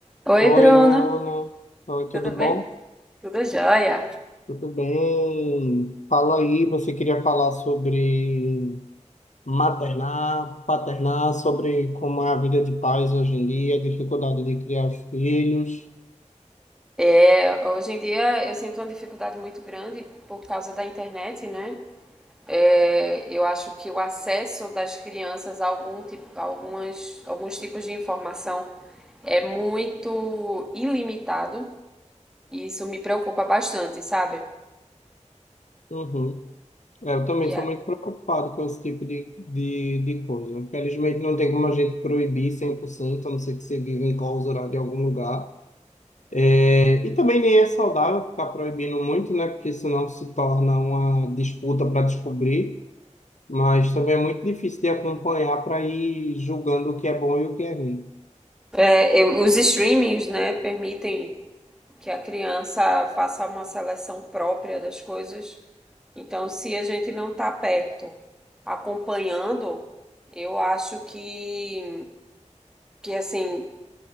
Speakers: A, in the centre; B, on the left.
A: Oi,
B: Oi,
A: Bruna.
B: Ana. Oi,
A: tudo
B: tudo
A: bem?
B: bom?
A: Tudo jóia.
B: Tudo bem? Fala aí, você queria falar sobre maternar, paternar, sobre como é a vida de pais hoje em dia, a dificuldade de criar filhos.
A: É, hoje em dia eu sinto uma dificuldade muito grande por causa da internet, né? É, eu acho que o acesso das crianças a algum tipo, a algumas, alguns tipos de informação é muito ilimitado e isso me preocupa bastante, sabe?
B: Uhum. É, Eu também
A: E
B: sou
A: até-
B: muito preocupado com esse tipo de, de, de coisa. Infelizmente, não tem como a gente proibir 100%, a não ser que você viva enclausurado em algum lugar. É, E também nem é saudável ficar proibindo muito, né? Porque senão se torna uma disputa para descobrir. Mas também é muito difícil de acompanhar para ir julgando o que é bom e o que é ruim.
A: é, os streamings, né, permitem que a criança faça uma seleção própria das coisas Então, se a gente não está perto, acompanhando, eu acho que, que assim,